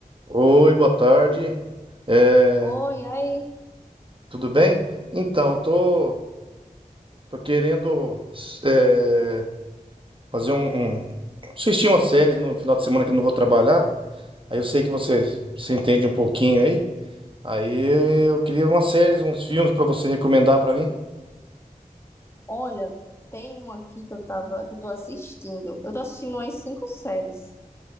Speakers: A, on the right; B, on the left.
A: Oi, boa tarde. É,
B: Oi, aí.
A: tudo bem? Então, eu tô, tô querendo é, fazer um, um- assistir umas séries no final de semana que eu não vou trabalhar. Aí eu sei que você se entende um pouquinho aí. Aí eu queria umas séries, uns filmes para você recomendar para mim.
B: Olha, tem uma aqui que eu tava, que eu tô assistindo. Eu tô assistindo umas cinco séries.